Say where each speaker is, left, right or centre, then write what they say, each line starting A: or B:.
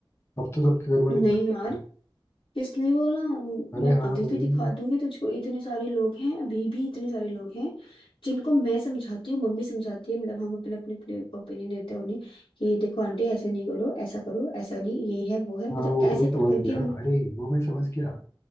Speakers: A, on the left (about 30°); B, on the left (about 60°).
A: अब तो सबके घर वाले
B: नहीं
A: पढ़ते
B: यार
A: हैं
B: किसने बोला
A: अरे
B: मैं
A: हाँ
B: अभी
A: भाई
B: भी दिखा दूंगी तुझको इतने सारे लोग हैं अभी भी इतने सारे लोग हैं जिनको मैं समझाती हूँ मम्मी समझाती है मतलब हम अपने अपने अपने ओपिनियन देते हैं उन्हें कि देखो आंटी ऐसे नहीं करो ऐसा करो ऐसा नहीं ये है वो है
A: हाँ
B: मतलब
A: वो
B: ऐसे
A: तो मैं समझ
B: कर करके
A: गया
B: उन
A: अरे वो मैं समझ गया